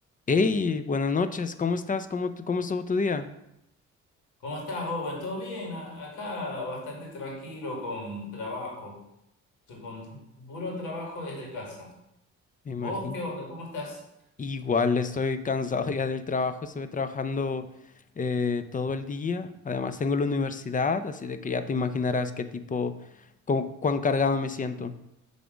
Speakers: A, on the left; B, on the left.
A: Hey, buenas noches, ¿cómo estás? ¿Cómo, tu- cómo estuvo tu día?
B: ¿Cómo estás, Owen? ¿Todo bien? A- Acá bastante tranquilo con trabajo, con puro trabajo desde casa.
A: Me
B: ¿Vos
A: imagino.
B: qué onda? ¿Cómo estás?
A: Igual estoy cansado ya del trabajo, estuve trabajando eh, todo el día. Además tengo la universidad, así de que ya te imaginarás qué tipo, cu- cuán cargado me siento.